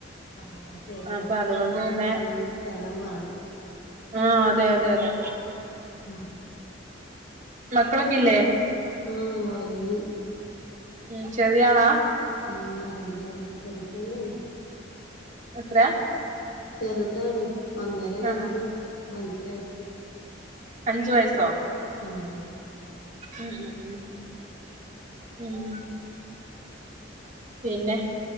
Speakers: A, on the left; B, on the right.
A: ആഹ് ആഹ് ശരിയാണ്
B: അപ്പൊ അതുകൊണ്ട്
A: ഇപ്പൊ
B: പിന്നെ
A: ഈ സ്ഥലം വേണം
B: ആഹ് അതെ അതെ അതെ
A: ഉം
B: മക്കളൊക്കെ ഇല്ലേ
A: ആഹ് ഒറങ്ങി
B: ഉം ചെറിയാളാ
A: ആഹ് രണ്ടാള് ചെറുപ്പന്നാണ്
B: എത്രയാ
A: ചെറുതാണ് ഒന്നര വയസ്സും
B: ആഹാ
A: അഞ്ച് വയസ്സും
B: അഞ്ചു വയസ്സോ
A: ആഹ്
B: ഉം ഉം ഉം ഉം പിന്നെ